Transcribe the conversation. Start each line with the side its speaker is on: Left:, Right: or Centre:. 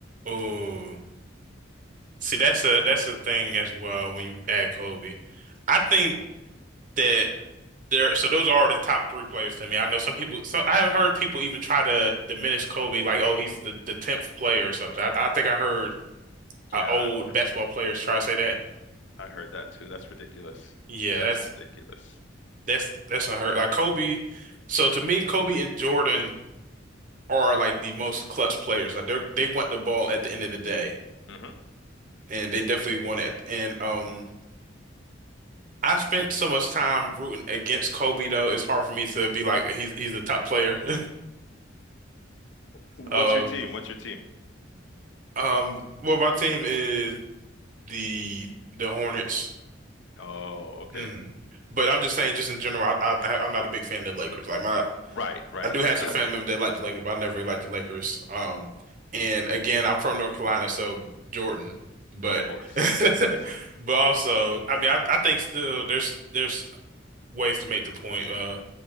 Right: Oh, see, that's a that's a thing as well when you add Kobe. I think that there. So those are the top three players to me. I know some people. So I've heard people even try to diminish Kobe, like, oh, he's the the tenth player or something. I, I think I heard uh,
Left: Yeah,
Right: old basketball players try to say that.
Left: I heard that too. That's ridiculous.
Right: Yeah,
Left: That's
Right: that's
Left: ridiculous.
Right: that's that's unheard. Like Kobe, so to me, Kobe and Jordan are like the most clutch players. Like they they want the ball at the end of the day,
Left: hmm
Right: and they definitely want it. And um, I spent so much time rooting against Kobe though. It's hard for me to be like he's he's a top player. <laughs>
Left: What's
Right: Uh,
Left: your team? What's your team?
Right: um, well, my team is the the Hornets.
Left: Oh, okay.
Right: Mhm. But I'm just saying, just in general, I, I I'm not a big fan of the Lakers. Like my
Left: Right, right.
Right: I do have
Left: That
Right: some family members that like the Lakers, but I never really liked the Lakers. Um, and again, I'm from North Carolina, so Jordan. But
Left: of course,
Right: <laughs>
Left: of course.
Right: but also, I mean, I, I think still there's there's ways to make the point. Uh,